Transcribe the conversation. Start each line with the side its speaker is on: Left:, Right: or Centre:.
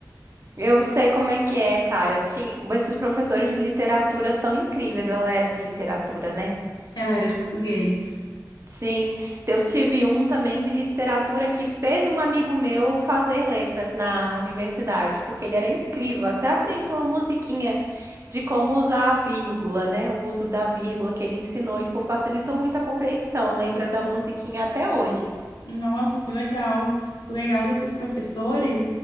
Right: Eu sei como é que é, cara. Eu tinha... Esses professores de literatura são incríveis. Ela era de literatura, né?
Left: Ela era de português.
Right: Sim. Então, Eu tive um também de literatura que fez um amigo meu fazer letras na universidade, porque ele era incrível. Até aprendi uma musiquinha de como usar a vírgula, né? O uso da vírgula que ele ensinou, e, tipo, facilitou muito a compreensão. Lembra da musiquinha até hoje.
Left: Nossa, que legal! O legal desses professores